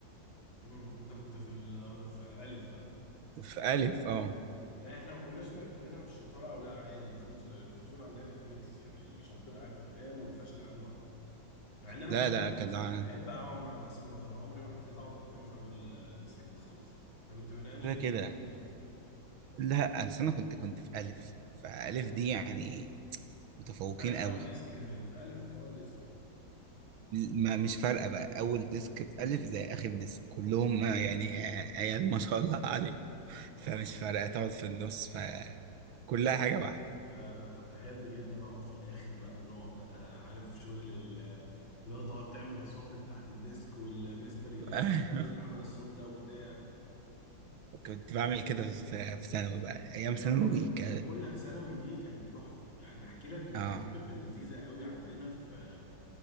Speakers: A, on the left (about 75°); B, on the right (about 85°).
A: امم انت كنت في ال- في الالف بقى
B: في ألف اه
A: لا احنا ما كناش مرتبينها مش شطاره او لا عادي الفلوس الفصول عندنا كانت ميكس يعني الشاطر قاعد قدام والفاشل قاعد ورا مع ان انا
B: لا
A: كنت
B: لا
A: شاطر
B: كان
A: بس كنت
B: عن-
A: بحب اقعد مع الناس اللي ورا عمري ما حبيت اقعد قدام في اول آه، ديسك ده خالص انت كنت من انهي
B: كده
A: ديسك
B: كده
A: انت كنت
B: لا أصل أنا كنت كنت في ألف فألف دي يعني متفوقين
A: قاعد في
B: قوي
A: اول ديسك كمان في الف وفي اول ديسك
B: ما مش فارقة بقى أول ديسك في ألف زي آخر ديسك كلهم يعني عيال ما شاء الله
A: اه
B: فمش فارقة تقعد في النص فكلها حاجة واحدة
A: لا انا كنت احب جدا اقعد في الاخر بقى ونقعد بقى عارف شغل ال- اللي هو تقعد تعمل اصوات من تحت الديسك والمستر يلف
B: <laughs> ايوه
A: ده مين اللي عمل الصوت ده وبتاع
B: كنت بعمل كده في في ثانوي بقى
A: ونعم
B: أيام ثانوي
A: العمر
B: ك...
A: ما انا بقول لك ثانوي دي كانت تحفه يعني احكي لك من المواقف
B: اه
A: اللذيذه قوي عندنا في